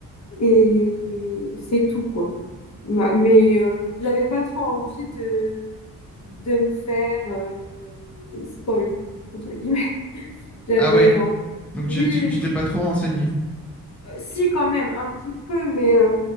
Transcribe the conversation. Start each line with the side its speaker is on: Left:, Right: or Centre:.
Left: et c'est tout, quoi. Ma- Mais euh, j'avais pas trop envie de, de me faire euh, spoil, entre guillemets. <laughs> J'avais
Centre: Ah ouais.
Left: en-
Centre: Donc
Left: Oui,
Centre: tu tu- tu t'es pas trop renseigné,
Left: Euh, si, quand même, un petit peu, mais euh,